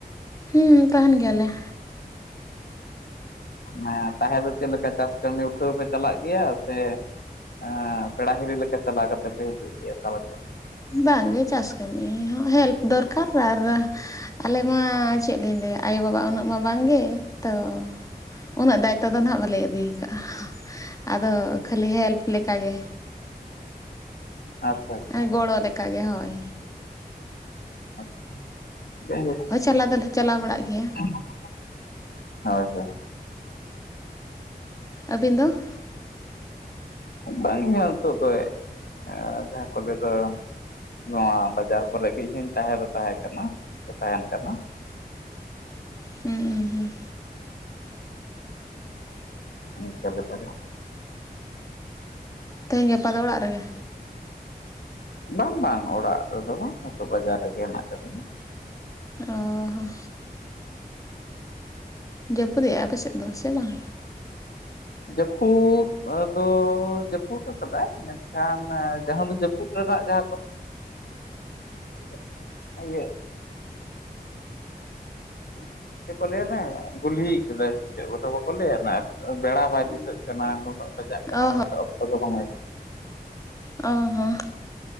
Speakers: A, on the left; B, on the left.
A: ᱦᱩᱸ ᱛᱟᱦᱮᱱ ᱜᱮᱭᱟᱞᱮ
B: ᱦᱮᱸ ᱛᱟᱦᱮᱸ ᱫᱚ ᱪᱮᱜ ᱞᱮᱠᱟ ᱪᱟᱥ ᱠᱟᱹᱢᱤ ᱩᱴᱷᱟᱹᱣ ᱯᱮ ᱪᱟᱞᱟᱜ ᱜᱮᱭᱟ ᱥᱮ ᱮᱸ ᱯᱮᱲᱟ ᱦᱤᱨᱤ ᱞᱮᱠᱟ ᱪᱟᱞᱟᱣ ᱠᱟᱛᱮ ᱯᱮ ᱦᱤᱡᱩᱜ ᱜᱮᱭᱟ ᱯᱟᱞᱮ ᱪᱚ
A: ᱵᱟᱝᱜᱮ ᱪᱟᱥ ᱠᱟᱹᱢᱤ ᱦᱚᱸ ᱦᱮᱞᱯ ᱫᱚᱨᱠᱟᱨ ᱟᱨ ᱟᱞᱮ ᱢᱟ ᱪᱮᱜ ᱞᱤᱧ ᱞᱟᱹᱭᱟ ᱟᱭᱳᱼᱵᱟᱵᱟ ᱩᱱᱟᱹᱜ ᱢᱟ ᱵᱟᱝᱜᱮ ᱛᱚ ᱩᱱᱟᱹᱜ ᱫᱟᱭᱤᱛ ᱛᱮᱫ ᱫᱚ ᱱᱟᱦᱟᱜ ᱵᱟᱞᱮ ᱤᱫᱤ ᱟᱠᱟᱜᱼᱟ ᱟᱫᱚ ᱠᱷᱟᱹᱞᱤ ᱦᱮᱞᱯ ᱞᱮᱠᱟᱜᱮ
B: ᱟᱪᱪᱷᱟ ᱟᱪᱪᱷᱟ
A: ᱟᱨ ᱜᱚᱲᱚ ᱞᱮᱠᱟ ᱜᱮ ᱦᱳᱭ
B: ᱟᱪᱪᱷᱟ
A: ᱦᱳᱭ ᱪᱟᱞᱟᱣ ᱫᱚᱞᱮ ᱪᱟᱞᱟ ᱵᱟᱲᱟᱜ ᱜᱮᱭᱟ
B: <unintelligible>
A: ᱟᱹᱵᱤᱱ ᱫᱚ?
B: ᱵᱟᱝ ᱜᱮ ᱦᱮᱸᱛᱳᱜ ᱫᱚᱭ ᱡᱟᱦᱟᱸ ᱠᱚ ᱞᱟᱹᱭ ᱫᱚ ᱱᱚᱣᱟ ᱵᱟᱡᱟᱨ ᱠᱚᱨᱮ ᱜᱮ ᱤᱧ ᱦᱚᱸᱧ ᱛᱟᱦᱮᱸ ᱫᱚ ᱛᱟᱦᱮᱸ ᱠᱟᱱᱟ ᱥᱮ ᱛᱟᱦᱮᱱ ᱠᱟᱱᱟ
A: ᱦᱩᱸ ᱦᱩᱸ ᱦᱩᱸ
B: <unintelligible>
A: ᱛᱮᱦᱮᱧ ᱜᱟᱯᱟ ᱫᱚ ᱚᱲᱟᱜ ᱨᱮᱜᱮ?
B: ᱵᱟᱝ ᱵᱟᱝ ᱚᱲᱟᱜ ᱨᱮᱫᱚ ᱵᱟᱝ ᱱᱤᱛᱚᱜ ᱵᱟᱡᱟᱨ ᱨᱮᱜᱮ ᱦᱮᱱᱟᱜ ᱠᱟᱫᱤᱧᱟ
A: ᱚ ᱦᱚ ᱡᱟᱹᱯᱩ ᱫᱮᱜᱽ-ᱟᱭ ᱟᱯᱮ ᱥᱮᱫ ᱫᱚ ᱥᱮ ᱵᱟᱝ?
B: ᱡᱟᱹᱯᱩᱫ ᱟᱫᱚ ᱡᱟᱹᱯᱩᱫ ᱟᱠᱟᱫᱟᱭ ᱢᱮᱱᱠᱷᱟᱱ ᱡᱟᱦᱟᱸ ᱫᱚ ᱡᱟᱹᱯᱩᱫ ᱯᱩᱫ ᱨᱮ ᱫᱟᱜᱽ ᱡᱟᱦᱟ ᱠᱚ <inaudible> ᱤᱭᱟᱹ <inaudible> ᱪᱮᱜ ᱠᱚ ᱞᱟᱹᱭᱟ ᱱᱦᱮ ᱜᱩᱞᱦᱤ ᱠᱟᱫᱟᱭ ᱥᱮ ᱪᱮ ᱜᱚᱴᱟ ᱵᱟᱠᱚ ᱞᱟᱹᱭᱟ ᱱᱟᱜ ᱵᱮᱲᱟ ᱵᱟᱭ ᱫᱤᱥᱟᱹᱜ ᱠᱟᱱᱟ ᱵᱟᱡᱟᱜ ᱠᱟᱱᱟ
A: ᱚ
B: ᱢᱮᱱᱛᱮ
A: ᱦᱚᱸ
B: ᱚᱠᱛᱚ ᱜᱮ ᱵᱟᱝ
A: ᱚ ᱦᱚᱸ